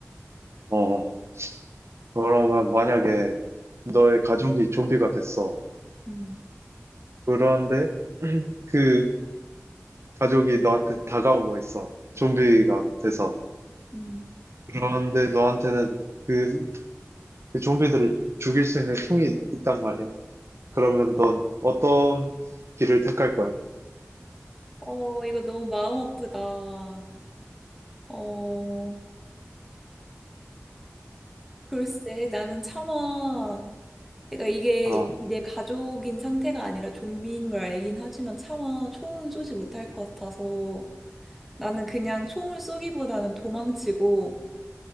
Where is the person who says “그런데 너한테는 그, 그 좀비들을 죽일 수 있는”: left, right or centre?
Right